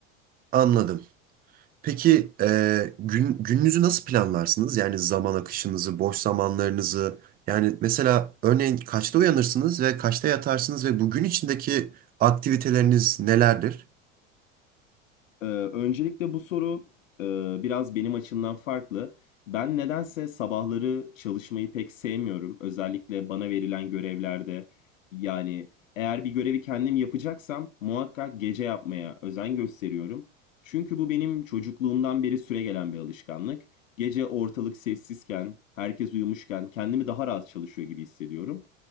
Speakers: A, on the right; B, on the left.
A: Anladım. Peki e, gün, gününüzü nasıl planlarsınız? Yani zaman akışınızı, boş zamanlarınızı. Yani mesela örneğin kaçta uyanırsınız ve kaçta yatarsınız ve bugün içindeki aktiviteleriniz nelerdir?
B: Ee, öncelikle bu soru e, biraz benim açımdan farklı. Ben nedense sabahları çalışmayı pek sevmiyorum. Özellikle bana verilen görevlerde. Yani eğer bir görevi kendim yapacaksam muhakkak gece yapmaya özen gösteriyorum. Çünkü bu benim çocukluğumdan beri süregelen bir alışkanlık. Gece ortalık sessizken, herkes uyumuşken kendimi daha rahat çalışıyor gibi hissediyorum.